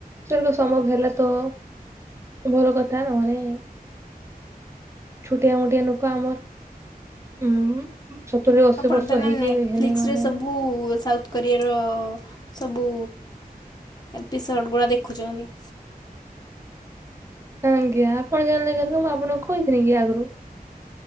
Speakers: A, on the right (about 15°); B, on the left (about 25°).
A: ସେରକମ୍ ସମ୍ଭବ ହେଲା ତ ଭଲ କଥା ନହେଲେ ଛୋଟିଆ ମୋଟିଆ ଲୋକ ଆମର ଉଁ ସତୁରି ଅଶୀ
B: ଆପଣ
A: ବର୍ଷ
B: ତାଲେ
A: ହେଇକି
B: ନେଟଫ୍ଲିକ୍ସ
A: ହେନି ମାନେ
B: ରେ ସବୁ ସାଉର୍ଥ କୋରିଆର ସବୁ ଏପିସୋଡ଼ ଗୁଡ଼ା ଦେଖୁଛନ୍ତି।
A: ଆଜ୍ଞା ଆପଣ ଜାଣିଲେ କେମିତି ମୁଁ ଆପଣଙ୍କୁ କହିିଥିଲି କି ଆଗରୁ